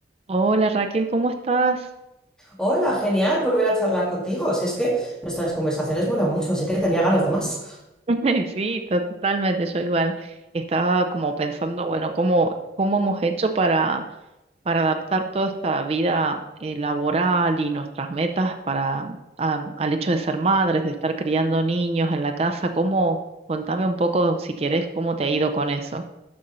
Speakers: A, on the right; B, in the centre.
A: Hola Raquel, ¿cómo estás?
B: Hola, genial volver a charlar contigo. Si es que nuestras conversaciones vuelan mucho, así que tenía ganas de más.
A: <laughs> Sí, to- totalmente, yo igual estaba como pensando, bueno, ¿cómo, cómo hemos hecho para, para adaptar toda esta vida eh, laboral y nuestras metas para, am, al hecho de ser madres, de estar criando niños en la casa? ¿Cómo? Contame un poco, si querés, cómo te ha ido con eso.